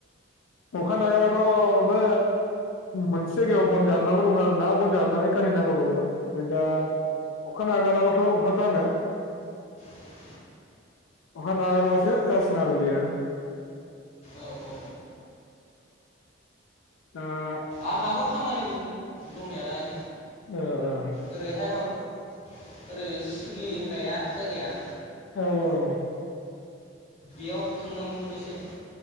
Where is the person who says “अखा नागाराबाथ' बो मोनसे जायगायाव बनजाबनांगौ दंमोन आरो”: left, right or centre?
Left